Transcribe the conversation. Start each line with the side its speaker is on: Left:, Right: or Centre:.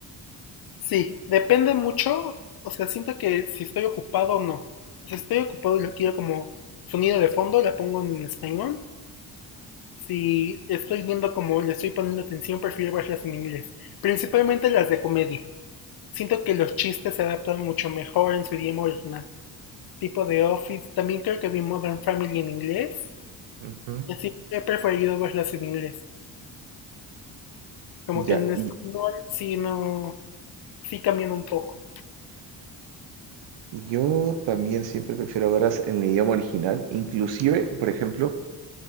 Left: sí, depende mucho. O sea, siento que si estoy ocupado o no. O sea, si estoy ocupado y lo quiero como sonido de fondo, la pongo en español. si estoy viendo como le estoy poniendo atención, prefiero verlas en inglés. Principalmente las de comedia. Siento que los chistes se adaptan mucho mejor en su idioma original. Tipo de Office. También creo que vi Modern Family en inglés.
Right: Ujú.
Left: Y así he preferido verlas en inglés. Como
Right: Ya,
Left: que en español
Right: y
Left: sí no. sí cambian un poco.
Right: yo también siempre prefiero verlas en el idioma original. Inclusive, por ejemplo,